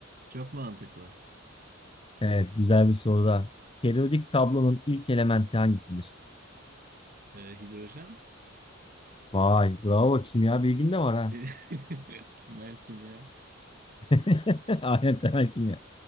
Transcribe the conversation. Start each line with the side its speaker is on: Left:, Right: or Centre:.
Right: çok mantıklı.
Left: Evet, güzel bir soru da. Periyodik tablonun ilk elementi hangisidir?
Right: Ee, hidrojen
Left: Vay, bravo. Kimya bilgin de var ha.
Right: bir- <laughs> temel kimya.
Left: <laughs> Aynen temel kimya.